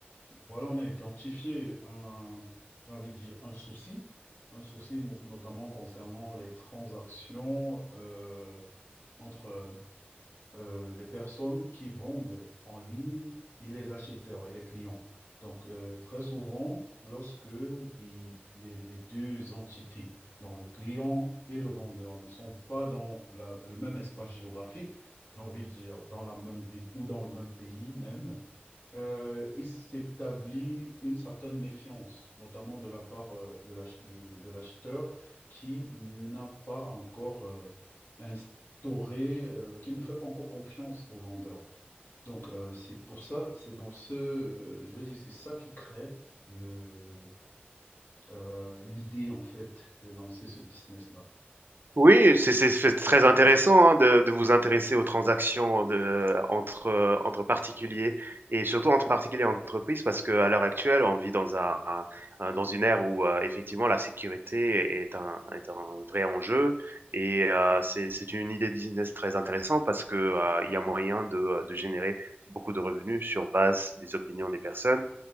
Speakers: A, on the left (about 70°); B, on the right (about 60°).
A: voilà, on a identifié un, j'ai envie de dire, un souci, un souci no- notamment concernant les transactions, euh, entre euh, les personnes qui vendent en ligne et les acheteurs et les clients. Donc, euh, très souvent, lorsque les, les- les deux entités, donc le client et le vendeur, ne sont pas dans la- le même espace géographique, j'ai envie de dire dans la même ville ou dans le même pays même, euh, il s'établit une certaine méfiance, notamment de la part euh, de l'ach- du- de l'acheteur qui n'a pas encore euh, instauré, euh, qui ne fait pas encore confiance au vendeur. Donc, euh, c'est pour ça, c'est dans ce, euh, je veux dire, c'est ça qui crée le, euh, l'idée, en fait, de lancer ce business-là.
B: Oui, c'est c'est c'est très intéressant, hein, de de vous intéresser aux transactions de entre, heu, entre particuliers et surtout entre particuliers et entreprises parce qu'à l'heure actuelle, on vit dans un un un dans une ère où, heu, effectivement la sécurité est un est un vrai enjeu et heu, c'est c'est une idée de business très intéressante parce que, heu, il y a moyen de, heu, de générer beaucoup de revenus sur base des opinions des personnes